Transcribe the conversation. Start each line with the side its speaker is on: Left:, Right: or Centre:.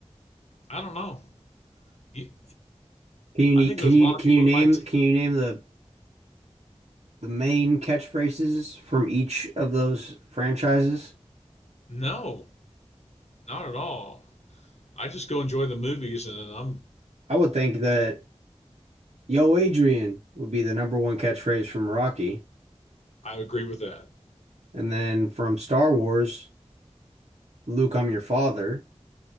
Left: I don't know. You-
Right: can you ne-
Left: I think
Right: can
Left: there's
Right: you
Left: a lot
Right: can
Left: of people
Right: you name
Left: that might.
Right: can you name the the main catchphrases from each of those franchises?
Left: No, not at all. I just go enjoy the movies, and I'm
Right: I would think that Yo Adrian would be the number one catchphrase from Rocky,
Left: I agree with that.
Right: and then from Star Wars, Luke, I'm your father,